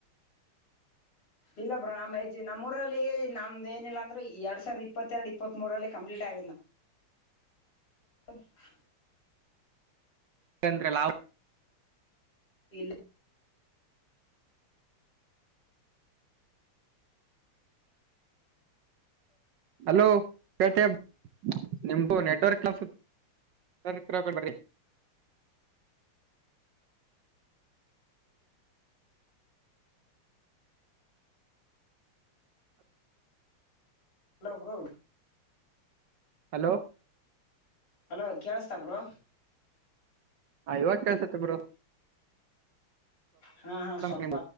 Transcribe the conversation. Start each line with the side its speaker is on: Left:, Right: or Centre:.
Right: ಹ
Left: ಇಲ್ಲ ಬ್ರಾ ನ್ಜ್ ನಮ್ಮ ಊರಲ್ಲಿ ನಮ್ದ ಏನಿಲ್ಲ ಅಂದ್ರೆ ಎರಡ್ ಸಾವಿರದ ಇಪ್ಪತ್ತೆರಡ್ ಇಪ್ಪತ್ತ್ ಮೂರಲ್ಲಿ ಕಂಪ್ಲೀಟ್ ಆಗು ಹ
Right: ಯಂದ್ರೆ ಲಾ
Left: ಇಲ್ಲ
Right: ಹಲೋನಿಮ್ದು ನೆಟ್ವರ್ಕ್ನ್ಸ ಸರಿ ಕ ಹಕೊಂಡಬ್ರಿ
Left: ಹಲೋ ಬೂ
Right: ಹಲೋ
Left: ಹಲೋ ಕೇಳಸ್ತಾಬ್ರು
Right: ಹಾ ಇವಾಗ ಕೆಸತ್ತ ಬರೋ
Left: ಹಾ ಹಾ ಸ್ವಲ್ಪ
Right: ನಿಮ್